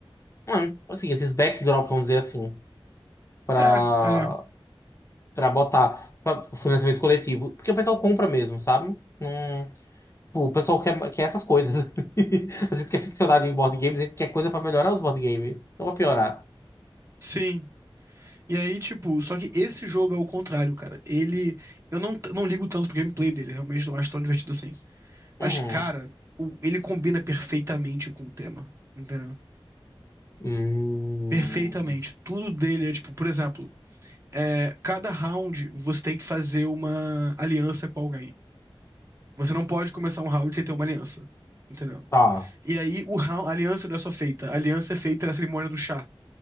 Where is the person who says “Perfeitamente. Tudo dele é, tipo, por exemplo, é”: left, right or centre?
Right